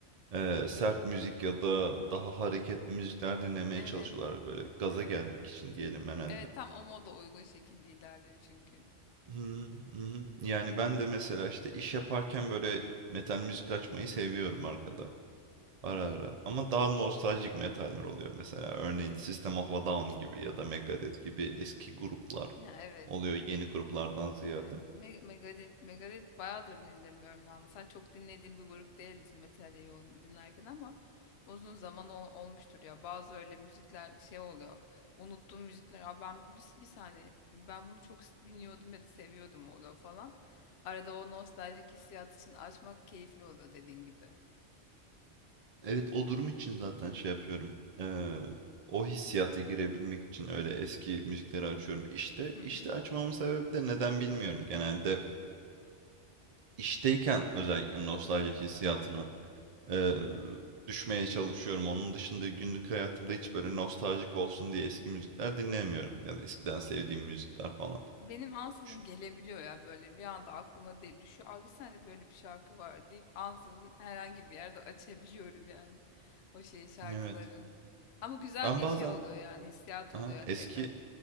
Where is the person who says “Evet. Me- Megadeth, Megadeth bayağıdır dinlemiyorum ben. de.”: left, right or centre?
Left